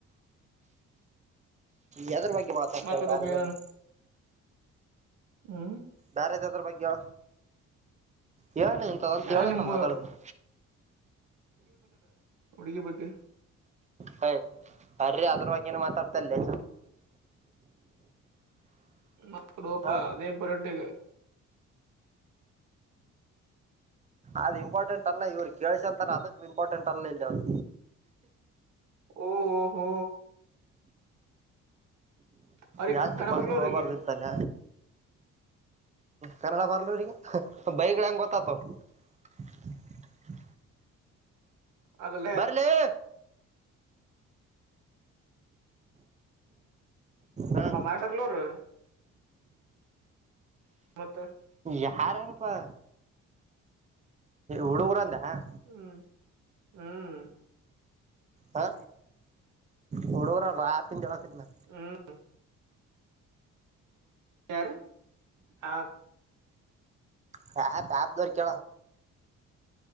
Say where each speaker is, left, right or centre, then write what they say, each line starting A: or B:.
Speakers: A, on the right; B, on the right.
A: ಯದರ ಬಗ್ಗೆ ಮಾತಾಡ್ತಾಳ
B: ಮಾತಾಡೋಬ
A: ಬೇಾರೆದಂದ್ರ
B: ಹ್ಮ್
A: ಯಾರ್ದದ್ರ ಬಗ್ಗೆ ಹೇಳನಂತದಂತ
B: ಯಾ
A: ಹೇಳೇನ
B: ನಿಮ್ಮ
A: ಮಾತಾಡತನಿ
B: ಉಡುಗಿಯ ಬಗ್ಗೆ
A: ಹಯ್ ಬರ್ರಿ ಅದ್ರ ಬಗೇ ನೆ ಮತ್ತಡ್ತಾನೆ
B: ಮಕಡುೋಪಾ
A: ಹಾ
B: ಅದೇ ಇಂಪೋರ್ಟೇಂಟ್
A: ಅದು್ ಇಂಪಾರ್ಟೆಂಟ್ ಅಲ್ಲ ಇವ್ರರು ಕೇಳ್ಸಂತಾರ ಅದಕ್ ಇಂಪಾರ್ಟೆಂಟ್ ಅಲ್ಲ ಇಲ್ಲಿ ಅದು
B: ಓಹೋ ಹೋ ಅವ್ರಿಗೆ
A: ಜಾಸ್ತಿ
B: ಹಣ
A: ಪಸಂಗ
B: ಬರ್ಲ ಅವ್ರಿಗೆ
A: ಹೋಗಬಾರ್ದು ಇತ್ತಲ್ಲ ಕನ್ನಡ ಬಾರಲ್ಲ ನಿನ್ನ್ಗೆ ಬೈಕ್ಡ ಗೊತ್ತಾತ <unintelligible>
B: ಅಲ್ಲ
A: ಬರ್ಲಿ ಹಾ
B: ಮಸರ್ಲೂರು ಮತ್ತೆ
A: ಯಾರೇಏನಪ್ಪಾ ಹುಡುಗರ ಅಂದ ಹಾಂ
B: ಹ್ಮ್ ಹ್ಮ್
A: ಹಾ ಹುಡೂರ ಲೋಯಪಂ ಜಳಕ ಮಾ
B: ಹ್ಮ್ ಯಾರ ಆ
A: ಹಾ ಪಾಪ ದಕಳ